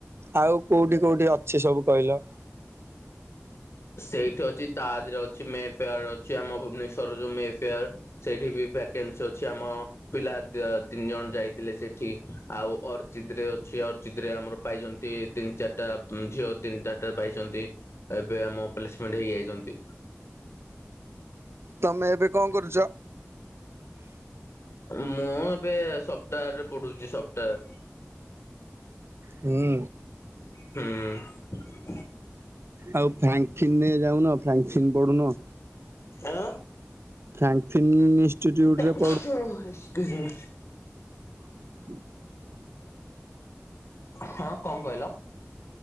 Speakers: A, on the right; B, on the left.
A: ଆଉ କୋଉଠି କୋଉଠି ଅଛି ସବୁ କହିଲ? <inaudible>
B: ସେଇଠି ଅଛି ତାଜରେ ଅଛି ମେ ଫେୟାର୍ ରେ ଅଛି ଆମ ଭୁବନେଶ୍ୱରରେ ଯୋଉ ମେ ଫେୟାର ସେଇଠି ବି ଭାକ୍ କାନ୍ସି ଅଛି ଆମ ପିଲା ଦ୍ୱ ତିନି ଜଣ ଯାଇଥିଲେ ସେଠିକି ଆଉ ଅର୍ଚିତ୍ ରେ ଅଛି ଅର୍ଚିତ୍ ରେ ଆମର ପାଇଛନ୍ତି ତିନି ଚାରିଟା ଝିଅ ତିନି ଚାରିଟା ପାଇଛନ୍ତି। ଏଵେ ଆମ ପ୍ଲେସମେଣ୍ଟ ହେଇକି ଆସିଛନ୍ତି।
A: ତମେ ଏବେ କଣ କରୁଚ?
B: ମୁଁ ଏବେ ସଫ୍ଟଓୱାର୍ ରେ ପଢ଼ୁଚି ସଫ୍ଟଓୱାର୍।
A: ହୁଁ।
B: ହୁଁ।
A: ଆଉ ଫ୍ରାଙ୍କିନ୍ ରେ ଯାଉନ? ଫ୍ରାଙ୍କସିନ ପଢ଼ୁନ?
B: ଆଁ।
A: ଫ୍ରାଙ୍କସିନ ଇନଷ୍ଟିଚ୍ୟୁଟରେ ପ
B: ଓଃ ଏକ୍ସକ୍ୟୁଜମି
A: <unintelligible>
B: ହଁ କଣ କହିଲ?